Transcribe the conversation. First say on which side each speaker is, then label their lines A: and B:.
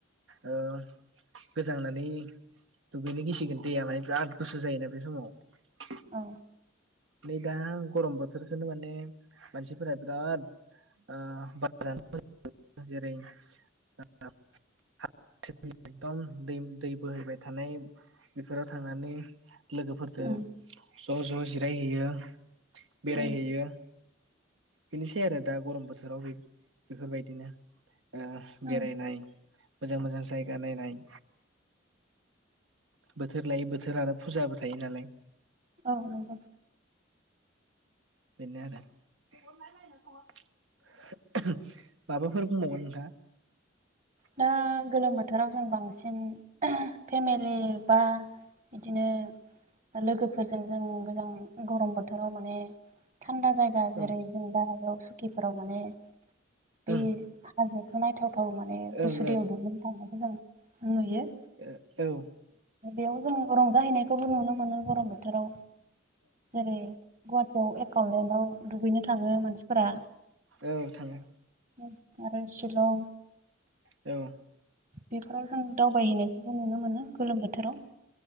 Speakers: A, on the right; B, on the right.
A: ओ गोजांनानै दुगैनो गिसिगोन दैया माने बिराद गुसु जायोना बे समाव।
B: औ
A: नै दा गरम बोथोरखोनो माने मानसिफोरा बिराद ओ बा <unintelligible> जेरै <unintelligible> <unintelligible> दै दै बोहैबाय थानाय बेफोराव थांनानै लोगोफोरदो
B: उम
A: ज' ज' जिरायहैयो, बेरायहैयो।
B: उम
A: बिनोसै आरो दा गरम बोथोराव बेब- बेफोरबायदिनो ओ
B: उम
A: बेरायनाय मोजां मोजां जायगा नायनाय। बोथोर लायै बोथोर आरो फुजाबो थायो नालाय।
B: औ नंगौ
A: बेनो आरो। <inaudible> माबाफोर बुंबावगोन नोंथाङा?
B: दा गोलोम बोथोराव जों <unintelligible> बांसिन फेमिलि बा बिदिनो लोगोफोरजों जों गोजां गरम बोथोराव माने थान्दा जायगा जेरै
A: औ
B: जों दारागाव सुकिफोराव माने बे
A: ओं
B: हाजो नायथावथाव माने गुसु
A: ओं
B: दैयाव दुगैनो थांनायखौ जों नुयो।
A: ओ औ
B: बेयाव जों रंजाहैनायखौबो नुनो मोनो गरम बो थोराव जेरै गुवाटियाव एकावलेन्डआव दुगैनो थाङो मानसिफोरा।
A: औ औ थाङो
B: <inaudible> आरो शिलं
A: औ
B: बेफोराव जों दावबायहैनायखौबो नुनो मोनो गोलोम बोथोराव।